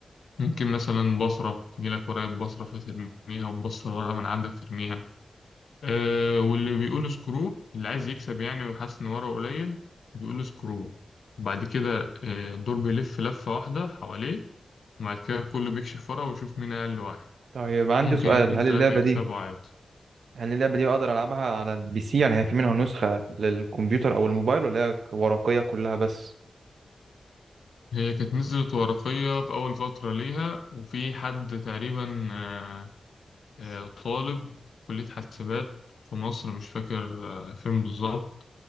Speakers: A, on the left; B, on the right.
A: ممكن مثلا بصرة تجيلك ورقة بصرة فترميها وتبصر ورقة من عندك ترميها آه واللي بيقول سكرو اللي عايز يكسب يعني وحاسس إن ورقه قليل بيقول سكرو وبعد كده آه الدور بيلف لفة واحدة حواليه وبعد كده كله بيكشف ورقة ويشوف مين أقل واحد
B: طيب عندي
A: ممكن
B: سؤال
A: اتنين
B: هل
A: تلاتة
B: اللعبه
A: يكسبوا
B: دي
A: عادي
B: يعني اللعبة دي بقدر ألعبها على البي سي يعني هي في منها نسخة للكمبيوتر أو الموبايل ولا هي ورقية كلها بس
A: هي كانت نزلت ورقية في أول فترة ليها وفي حد تقريبا آه، آه، طالب في كلية حاسبات في مصر مش فاكر آه، فين بالظبط